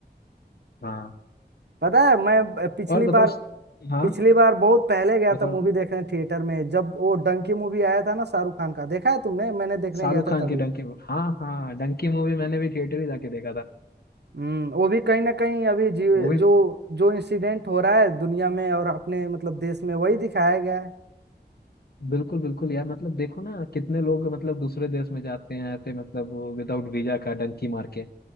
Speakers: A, on the left; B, on the right.
A: हाँ
B: पता है मैं ब- पिछली
A: और बताओ
B: बार
A: हाँ
B: पिछली बार बहुत पहले गया
A: बताओ
B: था मूवी
A: बताओ
B: देखने थिएटर में जब वो डंकी मूवी आया था ना शाहरुख खान का देखा है तुमने मैंने देखने
A: शाहरुख
B: गया था
A: खान
B: तभी
A: की डंकी मूवी हाँ हाँ डंकी मूवी मैंने भी थिएटर ही जाके देखा था
B: हम्म वो भी कहीं ना कहीं अभी जी
A: वो भी
B: जो जो इंसिडेंट हो रहा है दुनिया में और अपने मतलब देश में वही दिखाया गया है
A: बिल्कुल बिल्कुल यार मतलब देखो ना कितने लोग मतलब दूसरे देश में जाते हैं ऐसे मतलब विदाउट वीजा का डंकी मार के